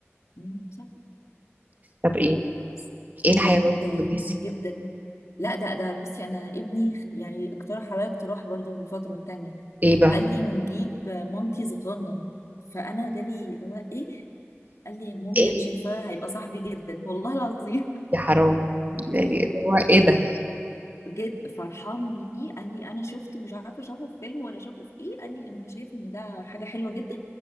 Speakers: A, on the left; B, on the right.
A: مم، صح
B: طب إيه؟
A: بس
B: إيه
A: هما
B: الحيوان
A: ممتعين
B: المناسب؟
A: جدا لا ده ده بصي انا ابني يعني اقترح عليا اقتراح برضو من فتره تانية
B: إيه بقى؟
A: قال لي نجيب مونكي صغنن فانا جالي اللي هو ايه قال لي مامي
B: ايه
A: انا شايفاه هيبقى صاحبي جدا والله العظيم
B: يا حرام يعني اللي هو ايه ده
A: جد فرحان بيه قال لي انا شفته مش عارفه اشوفه في فيلم ولا اشوفه في ايه قال لي انا شايف ان ده حاجه حلوه جدا